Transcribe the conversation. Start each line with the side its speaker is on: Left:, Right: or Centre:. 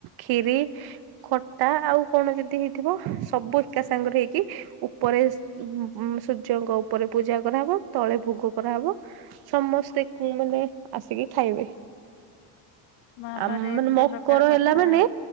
Right: ଖିରି ଖଟା ଆଉ କଣ ଯଦି ହେଇଥିବ ସବୁ ଏକା ସାଙ୍ଗେରେ ହେଇକି ଉପରେ ଉଁ- ସୂର୍ଯ୍ୟଙ୍କ ଉପରେ ପୂଜା କରାହବ ତଳେ ଭୋଗ କରାହବ ସମସ୍ତେ ଙ୍କୁ ମାନେ ଆସିକି ଖାଇବେ।
Left: ଭାବରେ
Right: ଆମ
Left: ଏତେ
Right: ମାନେ ମକର
Left: ପ୍ରକାର କଥା
Right: ହେଲା ମାନେ